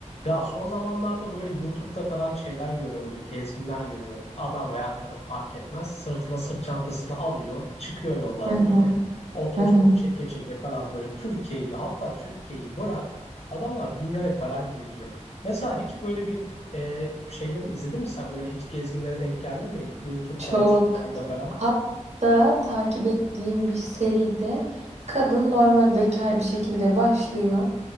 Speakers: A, on the left (about 55°); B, on the right (about 60°).
A: Ya son zamanlarda böyle YouTube'da falan şeyler görüyorum, böyle gezginler görüyorum. Adam veya kadın fark etmez. Sırtına sırt çantasını alıyor, çıkıyor yollara
B: Hı hı,
A: böyle. Otostop
B: hı hı.
A: çeke çeke falan böyle Türkiye'yi hatta Türkiye'yi bırak. Adamlar dünyayı falan geziyor. Mesela hiç böyle bir e, şeyleri izledin mi sen? Böyle hiç gezginlere denk geldin mi? YouTube'da,
B: Çok.
A: Instagram'da falan.
B: Hatta takip ettiğim bir seride kadın normal bekar bir şekilde başlıyor.